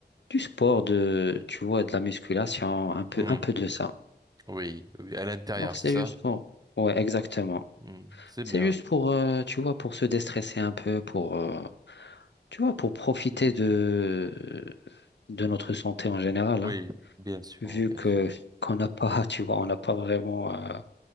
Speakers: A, on the left; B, on the right.
A: du sport, de, tu vois, de la musculation, un peu,
B: Mhm.
A: un peu de ça.
B: Oui, oui, à l'intérieur,
A: Donc, c'est
B: c'est ça?
A: juste pour, ouais, exactement.
B: Mhm, C'est
A: C'est
B: bien.
A: juste pour, euh, tu vois, pour se déstresser un peu, pour, euh, tu vois, pour profiter
B: Oui.
A: de, de notre santé en général,
B: Oui,
A: hein.
B: bien sûr,
A: vu
B: bien
A: que
B: sûr.
A: qu'on n'a pas, <laughs> tu vois, on n'a pas vraiment, euh,